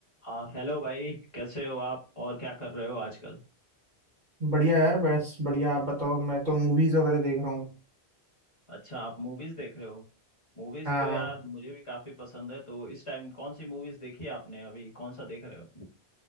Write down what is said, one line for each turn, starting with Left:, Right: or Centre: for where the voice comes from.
Left: हाँ हेलो भाई कैसे हो आप और क्या कर रहे हो आजकल
Right: बढ़िया यार बस बढ़िया आप बताओ मैं तो मूवीज वगैरह देख रहा हूँ
Left: अच्छा आप मूवीज देख रहे हो मूवीज
Right: हाँ
Left: तो यार
Right: हाँ
Left: मुझे भी काफी पसंद है तो इस टाइम कौन सी मूवीज देखी आपने अभी कौन सा देख रहे हो